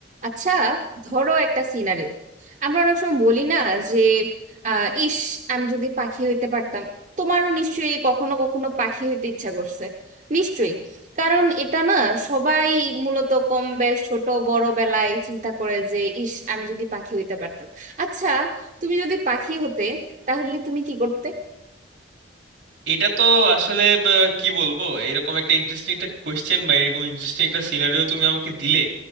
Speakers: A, on the right; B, on the right.
A: আচ্ছা ধরো একটা সিনারিও আমরা অনেক সময় বলি না যে আহ, ইস আমি যদি পাখি হইতে পারতাম তোমারও নিশ্চয়ই কখনো কখনো পাখি হইতে ইচ্ছা করছে নিশ্চয়ই কারণ এটা না সবাই মূলত কম বেশ ছোট বড় বেলায় চিন্তা করে যে ইস আমি যদি পাখি হইতে পারতাম আচ্ছা তুমি যদি পাখি হতে তাহলে তুমি কি করতে
B: এটা তো আসলে ব- কি বলবো এরকম একটা ইন্টারেস্টিং একটা কোয়েশ্চেন বা এরকম ইন্টারেস্টিং একটা সিনারিও তুমি আমাকে দিলে